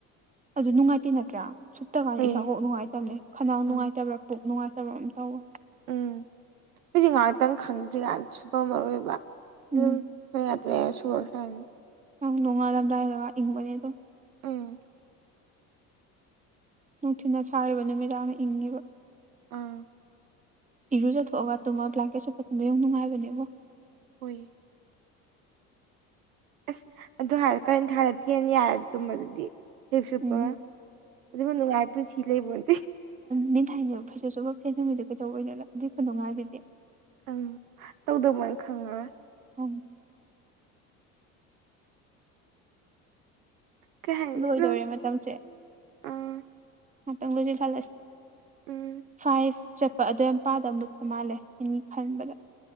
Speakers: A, on the right (about 20°); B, on the right (about 80°).
A: ꯑꯗꯨ ꯅꯨꯡꯉꯥꯏꯇꯦ ꯅꯠꯇ꯭ꯔꯥ ꯁꯨꯞꯇ ꯀꯥꯟꯗ
B: ꯍꯣꯏ
A: ꯏꯁꯥ ꯀꯣꯛ ꯅꯨꯡꯉꯥꯏꯇꯕꯅꯦ ꯈꯅꯥꯎ ꯅꯨꯡꯉꯥꯏꯇꯕ꯭ꯔꯥ
B: ꯑꯥ
A: ꯄꯨꯛ ꯅꯨꯡꯉꯥꯏꯇꯕ꯭ꯔꯥ ꯑꯃ ꯇꯧꯕꯥ
B: ꯎꯝ ꯍꯧꯖꯤꯛ ꯉꯍꯥꯛꯇꯪ ꯈꯪꯗ꯭ꯔꯤꯀꯥꯟ ꯁꯨꯞꯄꯝꯃꯔꯣꯏꯕꯥ
A: ꯎꯝ
B: ꯍꯣꯔꯦꯟ ꯉꯥꯛꯇꯪ ꯂꯩꯔꯥ ꯁꯣꯔ ꯁꯥꯟꯅꯤ
A: ꯅꯣꯡꯉꯥꯜꯂꯝꯗꯥꯏꯗꯒ ꯏꯪꯕꯅꯦ ꯑꯗꯨꯝ
B: ꯑꯝ
A: ꯅꯨꯡꯊꯤꯟꯅ ꯁꯥꯔꯤꯕ ꯅꯨꯃꯤꯗꯥꯡꯅ ꯏꯪꯉꯤꯕ
B: ꯑꯥ
A: ꯏꯔꯨꯖꯊꯣꯛꯑꯒ ꯇꯨꯝꯃꯒꯥ ꯕ꯭ꯂꯀꯦꯠ ꯁꯨꯞꯄꯥ ꯇꯨꯝꯕꯥ ꯌꯣꯡ ꯅꯨꯡꯉꯥꯏꯕꯅꯦꯕꯣ
B: ꯍꯣꯏꯌꯦ ꯑꯁ ꯑꯗꯨ ꯍꯥꯏꯔ ꯀꯥꯂꯦꯟꯊꯥꯗꯥ ꯐꯦꯟ ꯌꯥꯏꯔ ꯇꯨꯝꯕꯗꯨꯗꯤ ꯐꯩꯖꯨꯞ ꯁꯨꯞꯄꯒ
A: ꯎꯝ
B: ꯑꯗꯨꯕꯨ ꯅꯨꯡꯉꯥꯏꯕ ꯄꯨꯟꯁꯤ ꯂꯩꯕꯣꯟꯇꯦ
A: ꯃꯤꯅꯥ ꯊꯥꯏꯅꯦꯕ ꯐꯩꯖꯨꯞ ꯁꯨꯄꯥ ꯐꯦꯟ ꯍꯨꯃꯤꯗꯣ ꯀꯩꯗꯧꯕꯩꯅꯣꯅꯥ ꯑꯗꯨꯏ ꯈꯨꯅꯨꯡꯉꯥꯏꯗꯨꯗꯤ
B: ꯑꯪ ꯇꯧꯗꯥ ꯃꯣꯏꯅꯥ ꯈꯪꯉꯔꯣꯏ
A: ꯎꯝ
B: ꯀꯩ ꯍꯥꯏꯅꯤ
A: ꯂꯣꯏꯗꯣꯔꯦ
B: ꯑꯗꯨꯝ
A: ꯃꯇꯝꯁꯦ
B: ꯑꯥ
A: ꯃꯇꯝ ꯂꯣꯏꯖꯤꯟꯍꯜꯂꯁꯦ
B: ꯎꯝ
A: ꯐꯥꯏ꯭ꯚ ꯆꯠ ꯑꯗꯨꯋꯥꯏ ꯃꯄꯥꯗ ꯃꯨꯠꯄ ꯃꯥꯜꯂꯦ ꯑꯩꯅꯥ ꯈꯟꯕꯗ